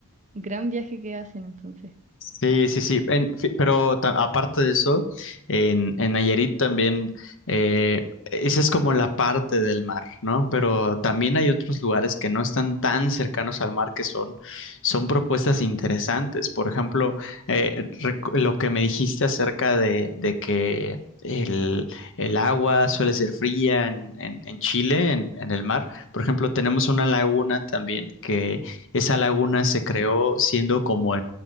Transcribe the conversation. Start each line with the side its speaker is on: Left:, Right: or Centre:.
Right: gran viaje que hacen entonces.
Left: Sí, sí, sí. En fi- pero ta- aparte de eso, en, en Nayarit también, eh, esa es como la parte del mar, ¿no? Pero también
Right: Ujú.
Left: hay otros lugares que no están tan cercanos al mar que son, son propuestas interesantes. Por ejemplo, eh, recu- lo que me dijiste acerca de, de que el, el agua suele ser fría en, en- en Chile, en, en el mar. Por ejemplo, tenemos una laguna también que esa laguna se creó siendo como